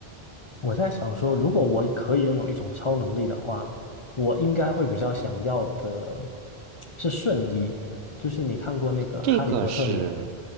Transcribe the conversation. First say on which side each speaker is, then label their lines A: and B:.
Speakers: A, on the left; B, on the right.
A: 我在想说，如果我可以拥有一种超能力的话，我应该会比较想要的是瞬移。就是你看过那个《哈利波特》你，
B: 这个是